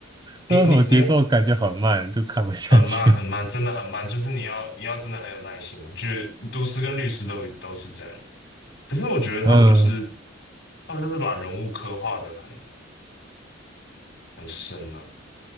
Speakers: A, on the left; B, on the right.
A: 你你你
B: 不知道什么节奏，感觉很慢，就看不下去。
A: 很慢很慢，真的很慢，就是你要你要真的很有耐心。就是毒师跟律师都都是这样，可是我觉得他们就是
B: 嗯，
A: 他们就是把人物刻画的很很深呢、啊。